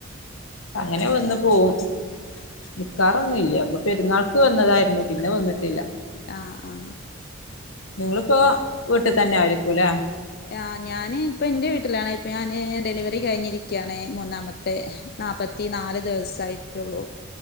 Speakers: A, on the left (about 80°); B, on the left (about 50°).
A: അങ്ങനെ വന്ന് പോവും നിക്കാറൊന്നും ഇല്ല ഇപ്പം പെരുന്നാൾക്ക് വന്നതായ്ര്ന്നു പിന്നെ വന്നിട്ടില്ല
B: ആ ആ
A: നിങ്ങളിപ്പോ വീട്ടിൽ തന്നെ ആയിരിക്കൂല്ലേ
B: ആ ഞാന് ഇപ്പം എൻ്റെ വീട്ടിലാണെ ഇപ്പൊ ഞാന് ഡെലിവറി കഴിഞ്ഞിരിക്കയാണ് മൂന്നാമത്തെ നാപ്പത്തി നാല് ദിവസായിട്ടുള്ളൂ